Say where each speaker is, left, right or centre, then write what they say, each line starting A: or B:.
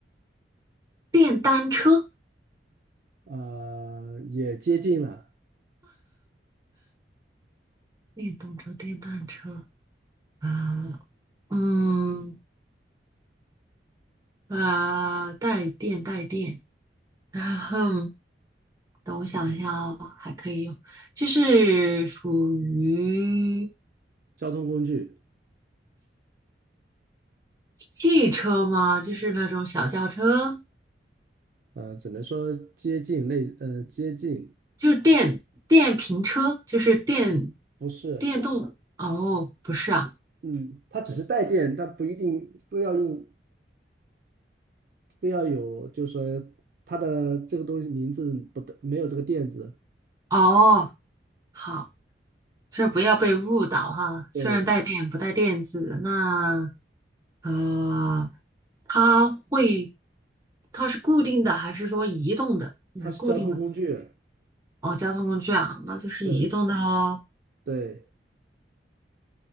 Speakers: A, on the right; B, on the right.
A: 电单车、
B: 呃，也接近了，
A: 电动车、电单车啊，嗯。呃，带电带电，然后等我想一下哦，
B: 嗯，
A: 还可以用，就是属于
B: 交通工具，
A: 汽车吗？就是那种小轿车，
B: 呃，只能说接近类，呃，接近
A: 就是电电瓶车，就是电
B: 不是，
A: 电动。哦，不是啊，
B: 嗯，它只是带电，它不一定非要用，非要有，就是说它的这个东西名字不带，没有这个电字，
A: 哦，好，就是不要被误导哈。虽然带电不带电子，
B: 对，
A: 那呃，它会，它是固定的还是说移动的？就是固定的吗
B: 它是交通工具，
A: 哦，交通工具啊，那就是移动的喽。
B: 对对，